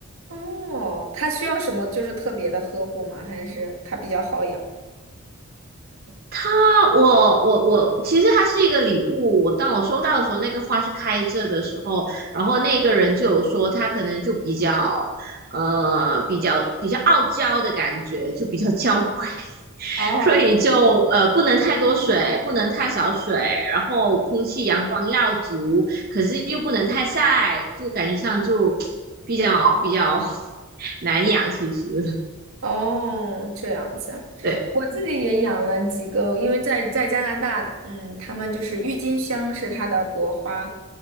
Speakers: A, on the right; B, on the right.
A: 哦，它需要什么就是特别的呵护吗？还是它比较好养？
B: 它，我我我，其实它是一个礼物。我当我收到的时候，那个花是开着的时候，然后那个人就有说他可能就比较，呃，比较比较傲娇的感觉，就比较娇贵，<laughs>
A: 哦，
B: 所以就呃不能太多水，不能太少水，然后空气阳光要足，可是又不能太晒，就感觉上就 <tsk> 比较比较 <laughs> 难养。其实，
A: 哦，这样子啊，
B: 对
A: 我自己也养了几个，因为在在加拿大，嗯，他们就是郁金香是它的国花，